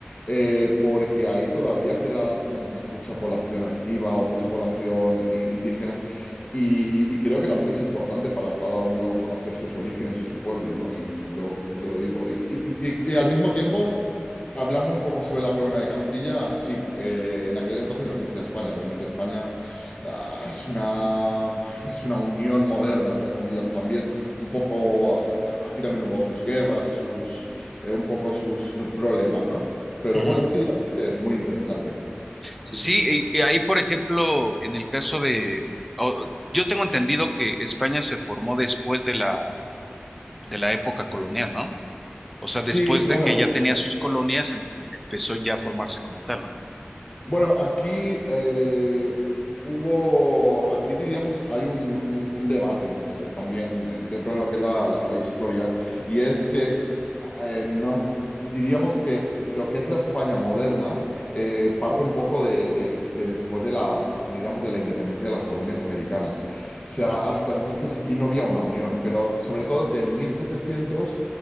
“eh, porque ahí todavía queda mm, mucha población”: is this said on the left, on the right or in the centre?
Left